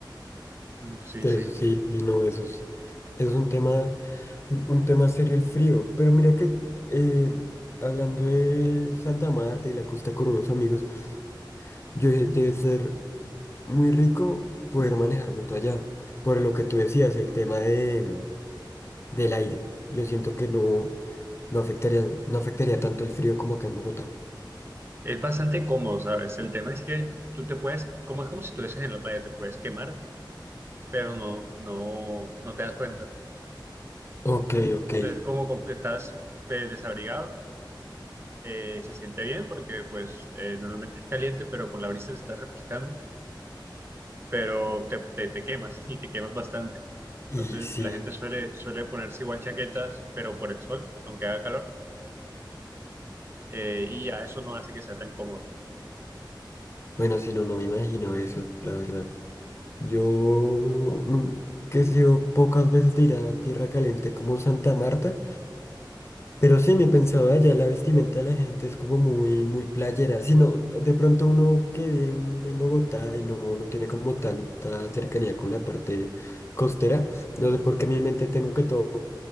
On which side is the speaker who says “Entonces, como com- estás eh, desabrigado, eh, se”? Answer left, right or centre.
Right